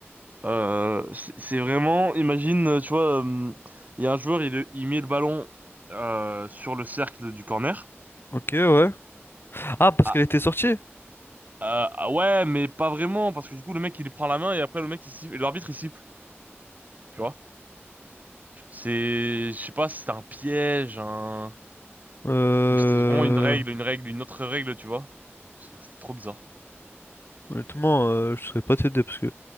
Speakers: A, on the right; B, on the left.
A: euh, c'est c'est vraiment, imagine, euh, tu vois, euh, il y a un joueur, il, il met le ballon euh, sur le cercle du corner.
B: Ok, ouais. Ah, parce
A: Ah,
B: qu'elle était sortie?
A: Euh, ah ouais, mais pas vraiment, parce que du coup, le mec, il lui prend la main et après, le mec, il siffle, et l'arbitre, il siffle, tu vois. C'est, je sais pas, si c'était un piège, un...
B: Euh...
A: ou si c'était vraiment une règle, une règle, une autre règle, tu vois. C'est- C'était trop bizarre.
B: Honnêtement, euh, je saurais pas t'aider parce que,